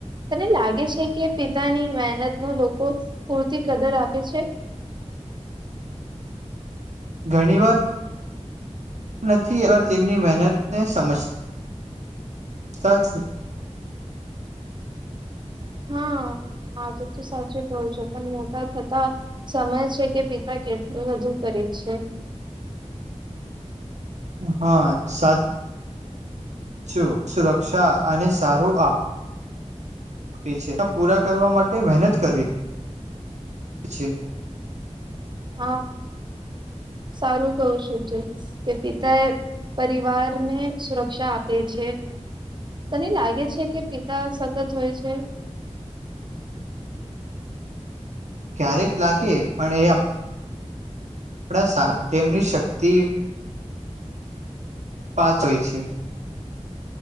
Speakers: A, on the right; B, on the right.
A: તને લાગે છે કે પિતાની મહેનત ન લોકો પૂરતી કદર આપે છે
B: ઘણી વાર નથી એવાર તેમની મહેનતને સમજતા સાચ ન
A: હા આ તો તો સાચું કું છે પણ મોટા થતા સમય છે કે પિતા કેટલું વધુ કરે છે
B: હા સાત જો સુરક્ષા અને સારું આપે છે પૂરા કરવા માટે મહેનત કરી છે
A: હા સારું કહ છું ત કે પિતા એ પરિવારને સુરક્ષા આપે છે તને લાગે છે કે પિતા સખત હોય છે
B: ક્યારેક લાગી પણ એ આપણા તેમની શક્તિ પાચ હોય છે